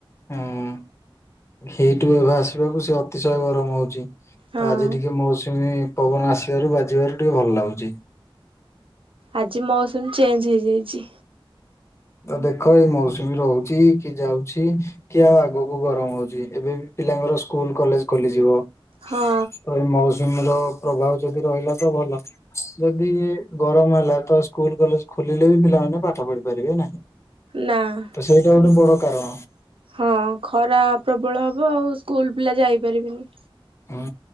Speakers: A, on the left; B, on the right.
A: ହୁଁ, ହେଇଠୁ ଏବେ ଆସିବାକୁ ସେ ଅତିଶୟ ଗରମ ହଉଛି।
B: ହଁ।
A: ଆଜି ଟିକେ ମୌସୁମୀ ପବନ ଆସିବାରୁ ବାଜିବାରୁ ଟିକେ ଭଲ ଲାଗୁଚି।
B: ଆଜି ମୌସୁମୀ ଚେଞ୍ଜ ହେଇଯାଇଛି।
A: ଦେଖ ଏଇ ମୌସୁମୀ ରହୁଛି, କି ଯାଉଛି, କି ଆଉ ଆଗକୁ ଗରମ ହଉଛି, ଏବେ ବି ପିଲାଙ୍କର ସ୍କୁଲ କଲେଜ ଖୋଲିଯିବ,
B: ହଁ
A: ତ ଏ ମୌସୁମୀର ପ୍ରଭାବ ଯଦି ରହିଲା ତ ଭଲ। ଯଦି ଗରମ ହେଲା ତ ସ୍କୁଲ କଲେଜ ଖୋଲିଲେ ବି ପିଲାମାନେ ପାଠ ପଢି ପାରିବେ ନାହିଁ।
B: ନା
A: ତ ସେଇଟା
B: ହିଁ।
A: ଗୋଟେ ବଡ କାରଣ।
B: ହଁ ଖରା ପ୍ରବଳ ହେବ ଆଉ ସ୍କୁଲ ପିଲା ଯାଇପାରିବେନି।
A: ହୁଁ,